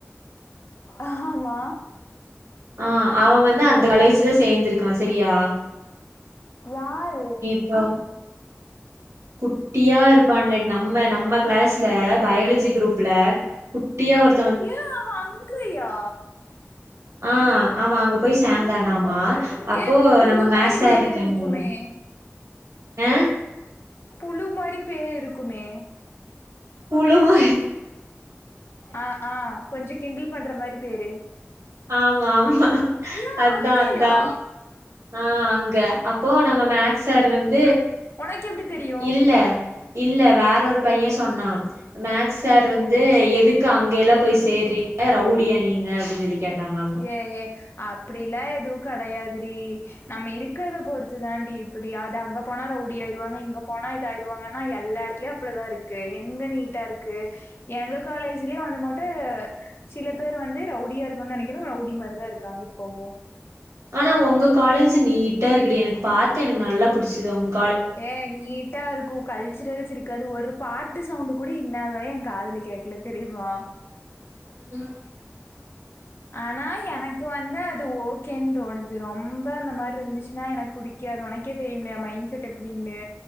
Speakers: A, on the left; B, on the right.
A: ஆமா
B: ஆ அவ வந்து அந்த கலேஜ்ல சேந்திருக்கா செரியா
A: யா
B: ரு குட்டியா இருப்பான்ல நம்ம நம்ம கிளாஸ்ல பயாலஜி குரூப்ல குட்டியா ஒரு
A: ஏ அவ அங்கயா
B: ஆ அவ அங்க போய் சேந்தானாமா அப்போ
A: ஏ புழு
B: நம்ம மேக்
A: மாரி
B: சார்
A: பேர்
B: இருக்காங்கல்ல
A: இருக்குமே
B: ஆ
A: புழு மாரி பே இருக்குமே
B: புலுவு
A: ஆ ஆ கொஞ்ச கிண்டல் பண்ற மாரி பேரு
B: ஆமா ஆமா
A: ஏன்
B: அதா
A: அங்கயா
B: அதா ஆ அங்க அப்போ நம்ம மேக் சார் வந்து
A: ஒனக் எப்டி தெரியு
B: இல்ல இல்ல வேற ஒரு பைய சொன்னா மேக்ஸ் சார் வந்து
A: ஓ
B: எது க்கு அங்க எல்லா போய் சேர்றீங்க ரவுடியா நீங்க அப்டி சொல்லி கேட்டாங்களா
A: ஏ ஏ அப்டிலா எதுவு கெடயாதுடி நம்ம இருக்கிறத பொறுத்து தாண்டி இப்டி அது அங்க போனா ரவுடி ஆயிருவாங்க இங்க போனா இத ஆயிருவாங்கன்னா எல்லார் லியு அப்படிதா இருக்கு எங்க நீட்டா இருக்கு எங்க காலேஜ்லயு வந்துமுட்டு சில பேர் வந்து ரவுடியா இருக்குனு நினெனக்கிற ரவுடி மாரிதா இருக்காங்க இப்பவு
B: ஆனா உங்க காலேஜ் நீட்டா இருக்குடி எனக்கு பாாரத்து எனக்கு நல்லா புிடிச்சது ஒங்க
A: ஏ நீ இருக்கும் கல்ச்சரல்ஸ் இருக்காது ஒரு பாட்டு சவுண்ட் கூட இன்னரு வாய என் காதல கேடக்கல தெரியுமா
B: உம்
A: ஆனா எனக்கு இப்ப வந்து அது ஓகேன்னு தோணுது ரொம்ப அந்த மாதிரி இருந்துச்சுன்னா எனக்கு புடிக்காது உனக்கே தெரியும்லா எமைண்ட் சட எப்படின்னு